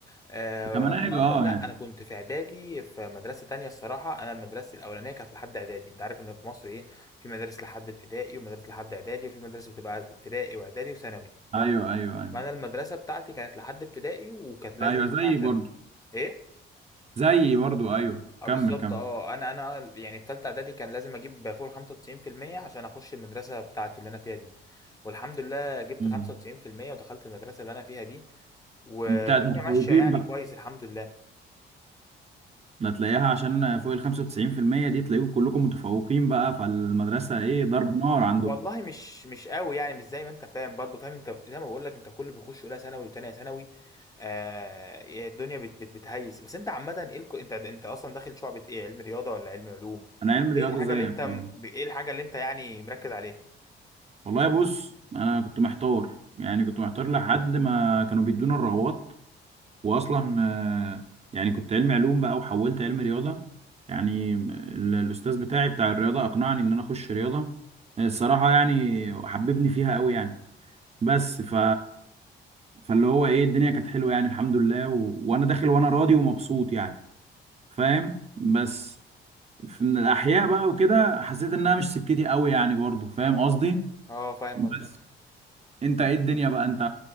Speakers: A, on the left (about 15°); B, on the right (about 30°).
A: آه،
B: كمناهج
A: انا
B: اه
A: اصلا لا
B: يعني
A: انا كنت في اعدادي في مدرسه تانية الصراحه انا مدرستي الاولانيه كانت لحد اعدادي انت عارف ان في مصر ايه في مدارس لحد ابتدائي ومدارس لحد اعدادي وفي مدرسه بتبقى ابتدائي واعدادي وثانوي
B: ايوه ايوه ايوه
A: فانا المدرسه بتاعتي كانت لحد ابتدائي وكانت لازم
B: ايوه زيي
A: عشان
B: برضو
A: ايه
B: زيي برضو ايوه
A: اه
B: كمل
A: بالظبط
B: كمل
A: اه انا انا يعني في ثالثه اعدادي كان لازم اجيب فوق ال 95% عشان اخش المدرسه بتاعتي اللي انا فيها دي والحمد لله جبت
B: مم.
A: 95% ودخلت المدرسه اللي انا فيها دي والدنيا
B: دي بتاعت متفوقين
A: ماشيه يعني
B: بقى.
A: كويس الحمد لله
B: ده تلاقيها عشان فوق ال 95% دي تلاقيكم كلكم متفوقين بقى فالمدرسة ايه ضرب نار عندكم
A: والله مش مش قوي يعني مش زي ما انت فاهم برضو فاهم انت زي ما بقول لك انت كل بيخش اولى ثانوي وتانية ثانوي آه الدنيا بت بت بتهيس بس انت عامه ايه الك... انت انت اصلا داخل شعبة ايه علم رياضه ولا علم علوم
B: انا علم رياضة
A: ايه الحاجه
B: زيك
A: اللي انت م-
B: آه.
A: ايه الحاجه اللي انت يعني مركز عليها
B: والله بص انا كنت محتار يعني كنت محتار لحد ما كانوا بيدونا الرغبات واصلا آه، يعني كنت علم علوم بقى وحولت علم رياضة يعني ال- الاستاذ بتاعي بتاع الرياضة اقنعني ان انا اخش رياضة الصراحة يعني حببني فيها قوي يعني بس ف فاللي هو ايه الدنيا كانت حلوة يعني الحمد لله و... وانا داخل وانا راضي ومبسوط يعني فاهم بس في- من الاحياء بقى وكده حسيت انها مش سكتي قوي يعني برضو فاهم قصدي
A: اه فاهم
B: بس
A: قصدك
B: انت ايه الدنيا بقى انت